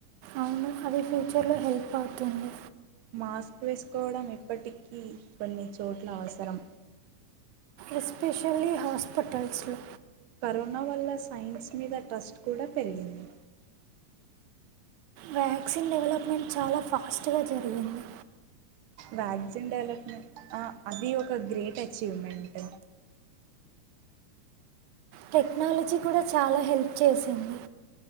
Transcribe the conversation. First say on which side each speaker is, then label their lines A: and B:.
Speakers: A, on the right; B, on the right.
A: అవును అది ఫ్యూచర్లో హెల్ప్ అవుతుంది
B: మాస్క్ వేసుకోవడం ఇప్పటికీ కొన్ని చోట్ల అవసరం
A: ఎస్పెషల్లీ హాస్పిటల్స్లో
B: కరోనా వల్ల సైన్స్ మీద ట్రస్ట్ కూడా పెరిగింది
A: వ్యాక్సిన్ డెవలప్మెంట్ చాలా ఫాస్ట్గా జరిగింది
B: వ్యాక్జిన్ డెవలప్మెంట్ ఆ అది ఒక గ్రేట్ అచీవ్మెంట్
A: టెక్నాలజీ కూడా చాలా హెల్ప్ చేసింది